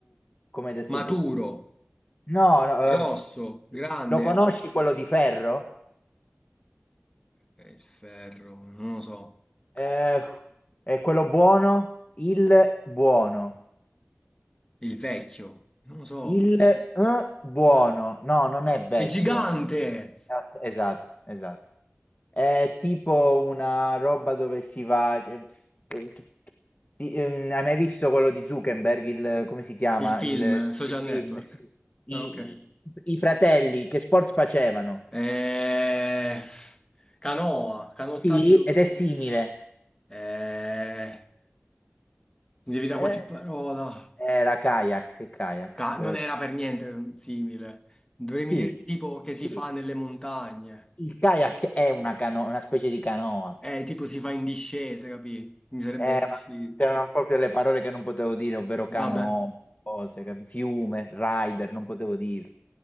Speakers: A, on the left; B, on the left.
A: come hai detto
B: maturo,
A: tu. No, no,
B: grosso,
A: ehm,
B: grande.
A: lo conosci quello di ferro?
B: E il ferro, non lo so.
A: Eh, è quello buono? Il buono.
B: Il vecchio, non lo so.
A: Il eh, buono. No, non è vecchio.
B: È gigante!
A: Es- Esatto, esatto. È tipo una roba dove si va... cioè, eh, t- ti- ehm, hai mai visto quello di Zuckerberg? Il, come si chiama?
B: Il film,
A: Il,
B: Social
A: il film?
B: Network.
A: Sì. I,
B: Ah, ok.
A: i- i fratelli che sport facevano?
B: Eh, canoa, canottaggio.
A: Sì, ed è simile.
B: Eh, mi devi dare
A: Eh,
B: qualche parola.
A: era kayak, kayak.
B: Ca-
A: però-
B: non era per niente simile. Dovremmo
A: Sì,
B: dire tipo che si
A: sì.
B: fa nelle montagne.
A: Il kayak è una, cano- una specie di canoa.
B: Eh, tipo si fa in discesa, capì? Mi sarebbe
A: Eh,
B: uscito.
A: ma c'erano proprio le parole che non potevo dire, ovvero
B: Vabbè.
A: canoa, cose, cap- fiume, rider, non potevo dire.